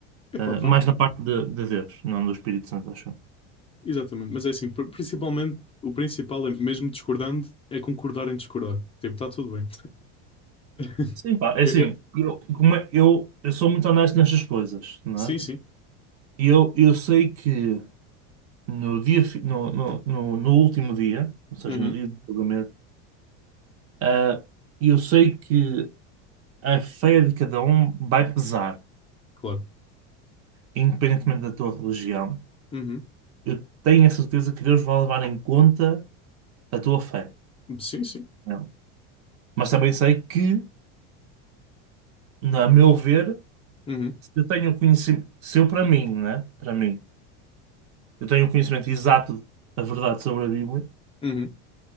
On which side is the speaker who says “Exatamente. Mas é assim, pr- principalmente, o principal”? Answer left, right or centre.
Left